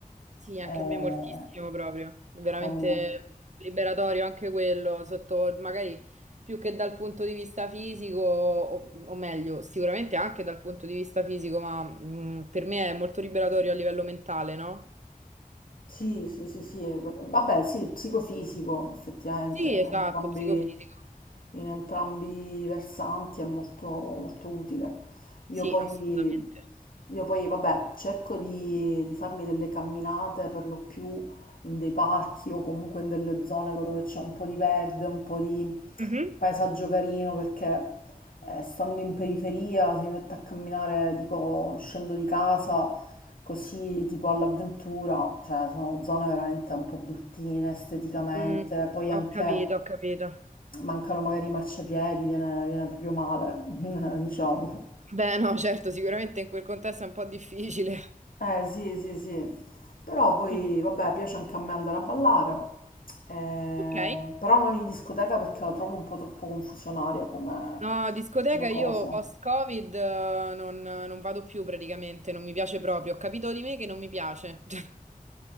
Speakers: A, on the right (about 55°); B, on the left (about 70°).
A: Sì, anche
B: eh,
A: a me moltissimo proprio, È veramente
B: con,
A: liberatorio anche quello, sotto magari più che dal punto di vista fisico, o, o meglio, sicuramente anche dal punto di vista fisico, ma mh, per me è molto liberatorio a livello mentale, no?
B: Sì, sì, sì, sì, eh, vabbè, sì, psicofisico, effettivamente,
A: Sì,
B: in
A: esatto,
B: entrambi,
A: psicofisico.
B: in entrambi i versanti è molto, molto utile. Io
A: Sì,
B: poi,
A: assolutamente.
B: io poi, vabbè, cerco di, di farmi delle camminate per lo più in dei parchi o comunque in delle zone dove c'è un po' di verde, un po' di
A: Mhm.
B: paesaggio carino, perché eh, stando in periferia, se mi metto a camminare, dico, scendo di casa così tipo all'avventura, cioè sono zone veramente un po' bruttine esteticamente,
A: Mm,
B: poi anche
A: ho capito, ho capito.
B: mancano magari i marciapiedi, viene, viene proprio male, <laughs> diciamo.
A: Beh, no, certo, sicuramente in quel contesto è un po' difficile.
B: Eh sì, sì, sì, però poi
A: <laughs>
B: vabbè piace anche a me andare a ballare, eh,
A: Ok.
B: però non in discoteca perché la trovo un po' troppo confusionaria come,
A: No, discoteca
B: come cosa.
A: io post-Covid eh, non, non vado più praticamente, non mi piace proprio. Ho capito di me che non mi piace. <laughs>